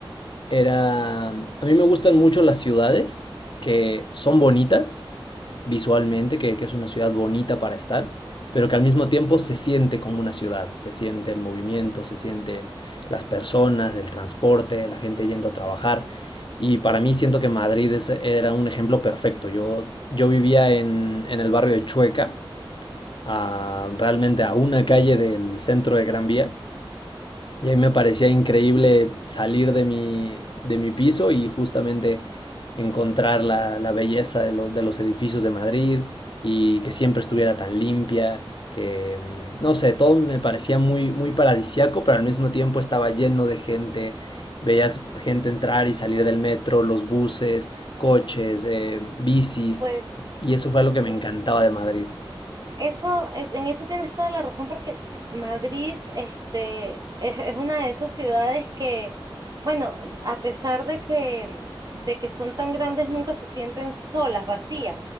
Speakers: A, on the left; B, on the right.
A: era, a mí me gustan mucho las ciudades que son bonitas visualmente, que, que es una ciudad bonita para estar, pero que al mismo tiempo se siente como una ciudad, se siente el movimiento, se sienten las personas, el transporte, la gente yendo a trabajar. Y para mí siento que Madrid es- era un ejemplo perfecto. Yo, yo vivía en, en el barrio de Chueca, a- realmente a una calle del centro de Gran Vía. Y a mí me parecía increíble salir de mi, de mi piso y justamente encontrar la, la belleza de, lo- de los edificios de Madrid y que siempre estuviera tan limpia, que mm, no sé, todo me parecía muy, muy paradisiaco, pero al mismo tiempo estaba lleno de gente. Veías gente entrar y salir del metro, los buses, coches, eh, bicis,
B: Pues,
A: y eso fue algo que me
B: pues
A: encantaba de Madrid,
B: Eso es, en eso tienes toda la razón porque Madrid, este, es, es una de esas ciudades que, bueno, a pesar de que, de que son tan grandes, nunca se sienten solas, vacías.